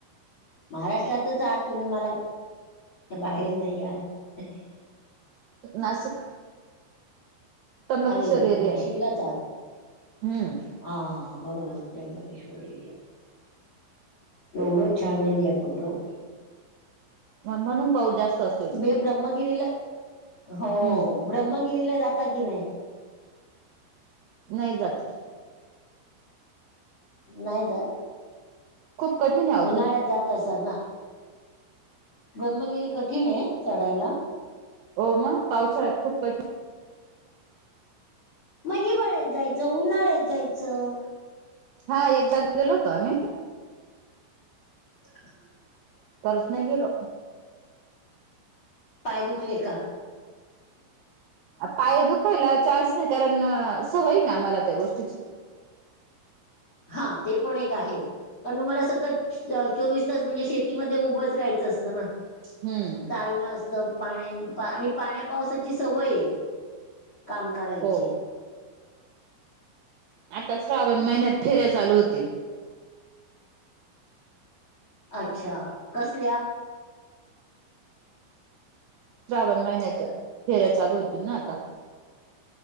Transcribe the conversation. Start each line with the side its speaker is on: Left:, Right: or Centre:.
Left: महाराष्ट्रातच आहात तुम्ही मला बाहेर नाही आत आहे.
Right: नाशिक. त्र्यंबकेश्वर
Left: अरे देवा
Right: एरिया
Left: नाशिकलाच
Right: आहे
Left: आहात!
Right: हम्म
Left: हां हां बरोबर त्र्यंबकेश्वरी केवढं छान आहे <unintelligible>
Right: म्हणून पाऊस जास्त असत
Left: ते ब्रह्मगिरीला हो
Right: हम्म
Left: ब्रह्मगिरीला जाता की नाही?
Right: नाही जात.
Left: नाही जात.
Right: खूप कठीण आ
Left: उन्हाळ्यात जात असान ना, ब्रम्मगिरी कठीण आहे चढायला?
Right: हो मग पावसाळ्यात खूप कठीण
Left: मग हिवाळ्यात जायचं, उन्हाळ्यात जायचं.
Right: हां एकदाा गेलो होतो आम्ही.
Left: <inaudible>
Right: परत नाही गेलो.
Left: पाय दुखले का?
Right: पाय दुखायला चान्स नाही कारण सवय आहे ना आम्हाला त्या गोष्टीची.
Left: हां ते पण एक आहे. कारण तुम्हाला सतत चोवीस तास म्हणजे शेतीमध्ये उभंच राहायचं असतं ना!
Right: हम्म.
Left: चालणं असत पाण्या आणि पाण्या पावसाची सवय आहे काम करायची.
Right: हो आता श्रावण महिन्यात फेऱ्या चालू होतील.
Left: अच्छा! कसल्या?
Right: श्रावण महिन्याच्या फेऱ्या चालू होतील ना आता.